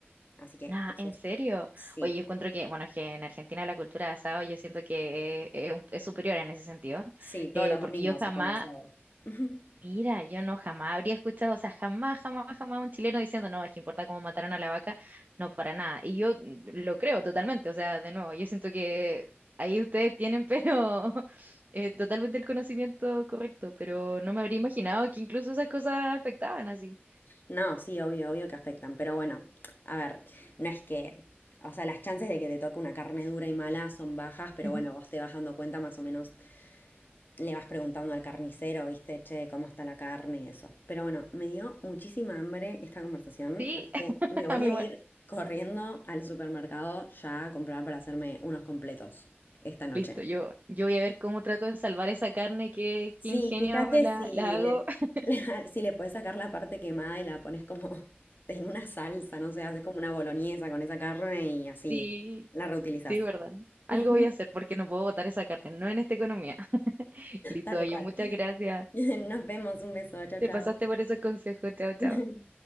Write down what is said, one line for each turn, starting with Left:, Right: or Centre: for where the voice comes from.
Left: Así que
Right: Nah,
Left: eso
Right: ¿en
Left: es,
Right: serio?
Left: sí,
Right: Oye, yo encuentro que, bueno, es que en Argentina la cultura de asado yo siento que es, es un- es superior en ese sentido,
Left: sí, todos
Right: eh,
Left: los
Right: porque
Left: domingos
Right: yo jamás
Left: se come asado. <laughs>
Right: Mira, yo no jamás habría escuchado, o sea, jamás, jamás, jamás un chileno diciendo, no, es que importa cómo mataron a la vaca, no para nada. Y yo mm, lo creo totalmente, o sea, de nuevo, yo siento que ahí ustedes tienen, pero <laughs> eh, totalmente el conocimiento correcto, pero no me habría imaginado que incluso esas cosas afectaban así.
Left: No, sí, obvio, obvio que afectan, pero bueno, a ver, no es que, o sea, las chances de que te toque una carne dura y mala son bajas, pero
Right: Ujú.
Left: bueno, vos te vas dando cuenta más o menos, le vas preguntando al carnicero, viste, che, cómo está la carne y eso. Pero bueno, me dio muchísima hambre esta conversación,
Right: Sí,
Left: así
Right: <laughs>
Left: que me voy
Right: a mí
Left: a
Right: bueno,
Left: ir corriendo al supermercado ya a comprar para hacerme unos completos esta noche.
Right: listo, yo, yo voy a ver cómo trato de salvar esa carne, qué,
Left: Sí,
Right: qué ingenio
Left: fíjate
Right: me la,
Left: si
Right: la hago.
Left: le,
Right: <laughs>
Left: <laughs> si le puedes sacar la parte quemada y la pones como <laughs> en una salsa, no sé, haces como una boloñesa con esa carne y así
Right: Sí,
Left: la reutilizas.
Right: sí, verdad. Algo
Left: <laughs>
Right: voy a hacer porque no puedo botar esa carne, no en esta economía. Listo,
Left: Tal
Right: oye,
Left: cual.
Right: muchas
Left: <laughs>
Right: gracias.
Left: Nos vemos, un beso, chao,
Right: Te
Left: chao.
Right: pasaste por esos consejos. Chao, chao.
Left: <laughs>